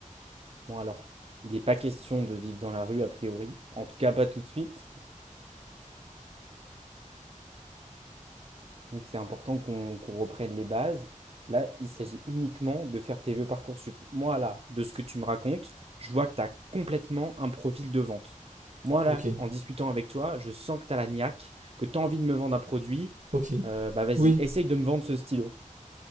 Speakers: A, on the right; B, on the right.
A: Bon alors, il n'est pas question de vivre dans la rue a priori, en tout cas pas tout de suite, donc c'est important qu'on qu'on reprenne les bases. Là, il s'agit uniquement de faire tes vœux Parcoursup. Moi là, de ce que tu me racontes, je vois que tu as complètement un profil de vente. Moi
B: Ok.
A: là, en discutant avec toi, je sens que tu as la niaque, que tu as envie de me vendre un produit.
B: Ok.
A: Euh, bah vas-y,
B: Oui.
A: essaye de me vendre ce stylo.